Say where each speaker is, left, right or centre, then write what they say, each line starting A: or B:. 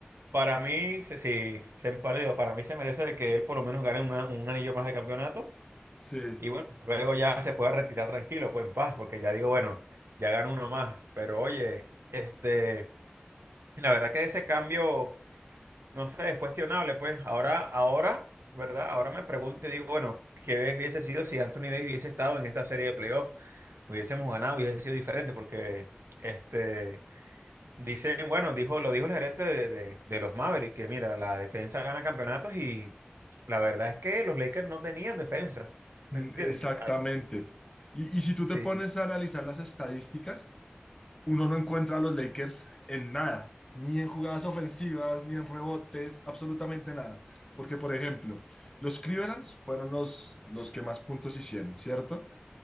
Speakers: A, on the right; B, on the left.
A: para mí, se- sí, se, para digo, para mí se merece de que él por lo menos gane una- un anillo más de campeonato
B: sí,
A: y bueno, luego ya se pueda retirar tranquilo, pues en paz, porque ya digo, bueno, ya gano uno más. Pero oye, este, la verdad que ese cambio... No sé, es cuestionable, pues. Ahora, ahora, ¿verdad? Ahora me pregunto y digo, bueno, ¿qué hubiese sido si Anthony Davis hubiese estado en esta serie de playoffs? Hubiésemos ganado, hubiese sido diferente, porque este dicen, bueno, dijo, lo dijo el gerente de, de- de los Mavericks, que mira, la defensa gana campeonatos y la verdad es que los Lakers no tenían defensa.
B: mm,
A: ¿Me entiendes?
B: exactamente. Y, y si tú
A: Sí,
B: te pones a analizar las estadísticas, uno no encuentra a los Lakers en nada, ni en jugadas ofensivas, ni en rebotes, absolutamente nada. Porque, por ejemplo, los Clevelands fueron los, los que más puntos hicieron, ¿cierto?